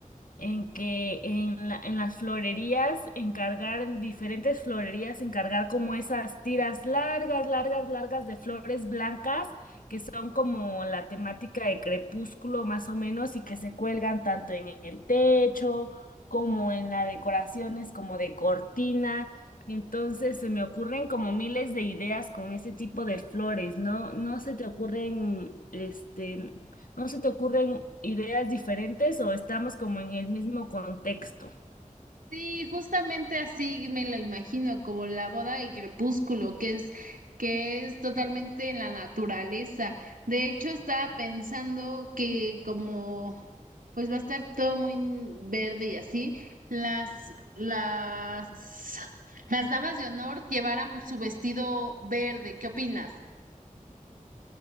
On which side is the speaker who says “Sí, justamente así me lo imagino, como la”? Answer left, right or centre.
Right